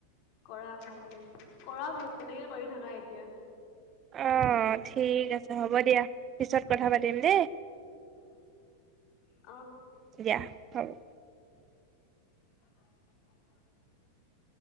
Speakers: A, on the left (about 45°); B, on the right (about 30°).
A: কৰা ভালকে কৰা বোলো তেনেকে কৰি থাকা এতিয়া-
B: অ, ঠিক আছে হ'ব দিয়া পিছত কথা পাতিম দেই
A: আহ
B: তেয়া হাব উ
A: <inaudible>